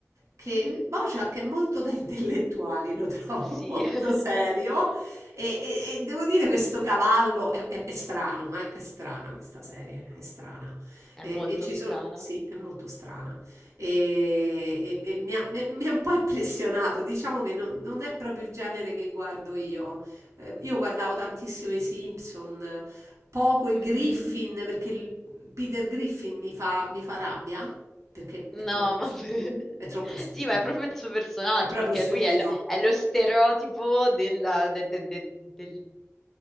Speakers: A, on the right (about 75°); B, in the centre.
A: che
B: Mhm.
A: Mh-mh. Bojack è molto da intellettuali, lo trovo
B: Sì,
A: <laughs> Sì. molto
B: <laughs>
A: serio e e e devo dire questo cavallo è è è strano, eh, è strana questa serie, è strana.
B: è
A: E
B: molto
A: e ci
B: strana.
A: Bellissimo. sono sì, è molto strana. E e e mi ha mi ha mi ha un po' impressionato, diciamo che non non è proprio il genere che guardo io. Ehm, io guardavo tantissimo i Simpson poco i
B: Mhm.
A: Griffin mm-hmm. perché il- Peter Griffin mi fa, mi fa rabbia perché
B: No,
A: è troppo
B: ma
A: stupido.
B: pure- <laughs>
A: È troppo stupido.
B: sì, ma è proprio il suo personaggio,
A: È proprio
B: perché
A: stupido.
B: lui è, l- è lo stereotipo della, de- de- de- del...